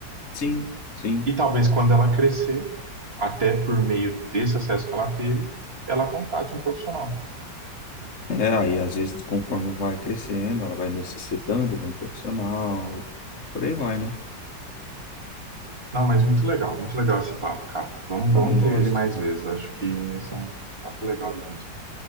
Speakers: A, on the left (about 40°); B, on the right (about 30°).
A: Sim, sim.
B: E talvez quando ela crescer, até por meio desse acesso que ela teve, ela contrate um profissional.
A: É, aí às vezes, conforme vai crescendo, ela vai necessitando de um profissional e por aí vai, né?
B: Não, mas muito legal, muito legal esse papo, cara. Vamos,
A: Também
B: vamos
A: gosto.
B: ter ele mais vezes. Acho que esse é um papo legal da gente,